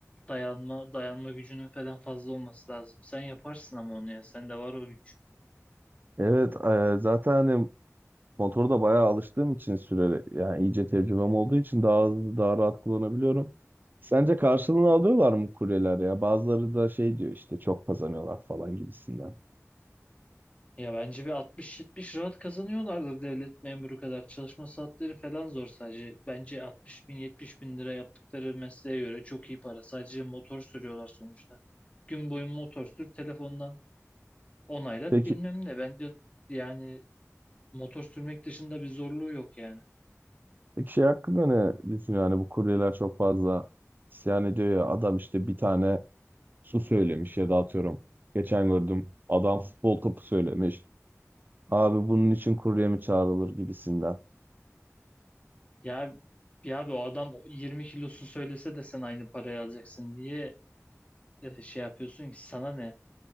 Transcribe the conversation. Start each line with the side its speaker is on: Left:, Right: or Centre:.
Left: dayanma dayanma gücünün falan fazla olması lazım. Sen yaparsın ama onu ya sende var o güç.
Right: Evet, e, zaten hani motoru da bayağı alıştığım için süreli yani iyice tecrübem olduğu için daha hızlı daha rahat kullanabiliyorum. Sence karşılığını alıyorlar mı kuryeler ya? Bazıları da şey diyor işte çok kazanıyorlar falan gibisinden.
Left: Ya bence bir 60-70 rahat kazanıyorlardır devlet memuru kadar. Çalışma saatleri falan zor sadece. Bence 60 bin 70 bin lira yaptıkları mesleğe göre çok iyi para. Sadece motor sürüyorlar sonuçta. Gün boyu motor sür telefondan onaylat
Right: Peki,
Left: bilmem ne. Bence yani motor sürmek dışında bir zorluğu yok yani.
Right: peki şey hakkında ne düşünüyor? Hani bu kuryeler çok fazla isyan ediyor ya adam işte bir tane su söylemiş ya da atıyorum. Geçen gördüm adam futbol topu söylemiş. Abi bunun için kurye mi çağrılır gibisinden.
Left: Ya ya abi o adam 20 kilosu söylese de sen aynı parayı alacaksın diye e, şey yapıyorsun ki sana ne?